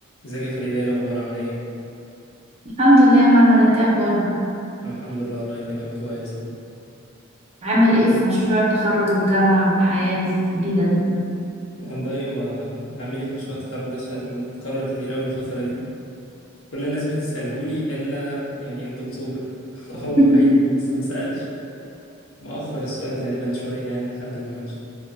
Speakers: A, on the left (about 70°); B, on the right (about 30°).
A: ازيك يا فريدة ايه الأخبار عاملة ايه؟
B: الحمد لله يا محمد انت ايه اخبارك
A: أنا الحمد لله والله تمام كويس اهو
B: عامل ايه في مشروع التخرج والجامعة والحياة الجديدة دي
A: والله وعامل ايه في مشروع التخرج ده سؤال اتكرر كتير أول الفترة دي كل الناس بتسألهولي إلا يعني الدكتور <laughs>
B: <laughs>
A: هو الوحيد اللي لسه ما سألش مأخر السؤال غالبا شوية يعني لحد المناقشة